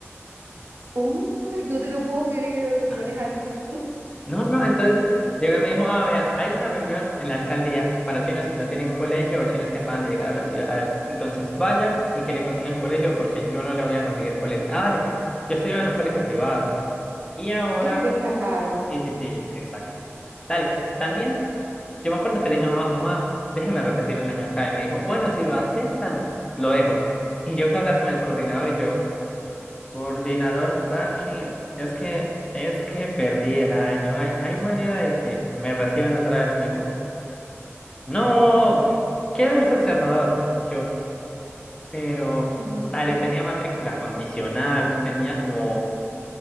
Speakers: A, on the right (about 50°); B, on the left (about 15°).
A: Oh my, no te lo puedo creer, o sea, te
B: Ah,
A: iban a dejar sin estudio.
B: No, no, entonces llegó y me dijo, ah, vea, hay una reunión en la alcaldía para chinos que no tienen colegio o chinos que acaban de llegar a la ciudad. Entonces vaya y que le consigan colegio porque yo no le voy a conseguir colegio. Ah, dale, yo estoy en un colegio privado. Y
A: <laughs>
B: ahora,
A: Y te sacaron.
B: sí, sí, sí, exacto. Dale, también yo me acuerdo que le dije, mamá, mamá, déjeme repetir el año acá. Y me dijo, bueno, si lo aceptan, lo dejo. Y yo fui a hablar con el coordinador y yo, Coordinador Franklin, es que, es que perdí el año. Hay, hay manera de que me reciban otra vez. Y me dijo, no, quiero verse observador. Y yo, pero
A: Ujú,
B: dale, tenía matrícula condicional, tenía como.